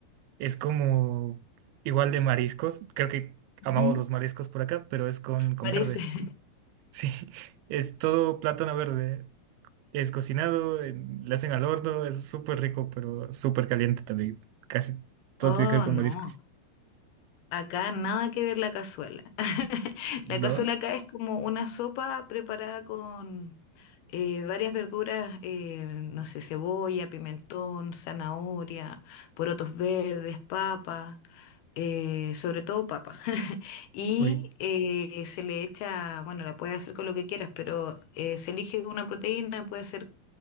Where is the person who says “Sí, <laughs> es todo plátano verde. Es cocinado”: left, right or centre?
Right